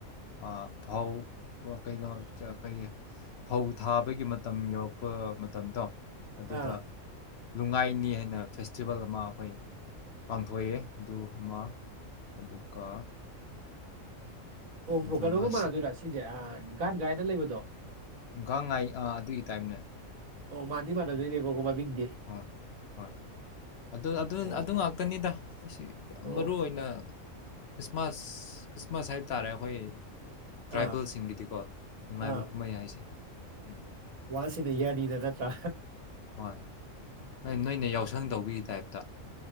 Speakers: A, on the left; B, on the right.
A: ꯑ ꯐꯧ ꯀꯩꯅꯣ ꯀꯔꯤ ꯐꯧ ꯊꯥꯕꯒꯤ ꯃꯇꯝ ꯌꯧꯔꯛꯄ ꯃꯇꯝꯗꯣ ꯑꯗꯨꯗ
B: ꯑꯥ
A: ꯂꯨꯉꯥꯏꯅꯤ ꯍꯥꯏꯅ ꯐꯦꯁꯇꯤꯚꯦꯜ ꯑꯃ ꯑꯩꯈꯣꯏ ꯄꯥꯡꯊꯣꯛꯑꯦ ꯑꯗꯨ ꯑꯃ ꯑꯗꯨꯒ
B: ꯑꯣ
A: ꯑꯗꯨ
B: ꯕ꯭ꯔꯣ ꯀꯩꯅꯣꯒ
A: ꯑꯃ
B: ꯃꯥꯟꯅꯗꯣꯏꯔꯥ ꯁꯤꯖꯦ ꯑ ꯒꯥꯟ ꯒꯥꯏꯅ ꯂꯩꯕꯗꯣ
A: ꯒꯥꯡ ꯉꯥꯏ ꯑꯥ ꯑꯗꯨꯒꯤ ꯇꯥꯏꯝꯅꯦ
B: ꯑꯣ ꯃꯥꯟꯗꯤ ꯃꯥꯟꯅꯗꯣꯏꯅꯦꯕꯀꯣ
A: ꯎꯝ
B: ꯃꯥꯃꯤꯡꯗꯤ꯫
A: ꯍꯣꯏ ꯍꯣꯏ ꯑꯗꯨ ꯑꯗꯨ
B: ꯑꯣ
A: ꯑꯗꯨ ꯉꯥꯛꯇꯅꯤꯗ ꯑꯁꯤ
B: ꯑꯣ
A: ꯃꯔꯨ ꯑꯣꯏꯅ ꯈ꯭ꯔꯤꯁꯃꯥꯁ ꯈ꯭ꯔꯤꯁꯃꯥꯁ ꯍꯥꯏꯕ ꯇꯥꯔꯦ ꯑꯩꯈꯣꯏ ꯇ꯭ꯔꯥꯏꯕꯜꯁꯤꯡꯒꯤꯗꯤꯀꯣ
B: ꯑꯥ
A: ꯅꯨꯡꯉꯥꯏꯕ
B: ꯑꯥ
A: ꯀꯨꯝꯍꯩ ꯍꯥꯏꯁꯦ ꯎꯝ
B: ꯋꯥꯟꯁ ꯢꯟꯗ ꯌꯔꯅꯤꯗ ꯅꯠꯇ꯭ꯔꯥ
A: ꯍꯣꯏ ꯍꯣꯏ ꯅꯣꯏꯅ ꯌꯥꯎꯁꯪ ꯇꯧꯕꯤꯒꯤ ꯇꯥꯏꯞꯇ